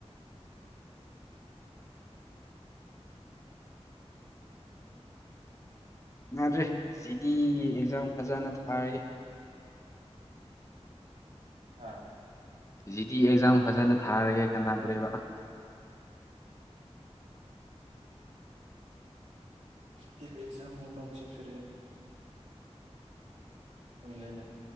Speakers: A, on the left; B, on the right.
A: ꯗ꯭ꯔꯦ ꯖꯤꯗꯤꯒꯤ ꯑꯦꯛꯖꯥꯝ ꯐꯖꯅ ꯊꯥꯔꯒꯦ
B: ꯍꯥ
A: ꯖꯤꯗꯤ ꯑꯦꯛꯖꯥꯝ ꯐꯖꯅ ꯊꯥꯔꯒꯦ ꯀꯅꯥꯗꯦꯕ
B: ꯀꯇꯤꯚ ꯑꯦꯛꯖꯝ ꯑꯃ ꯃꯒꯁꯨ ꯐꯦ ꯈꯪꯉꯦꯅꯦ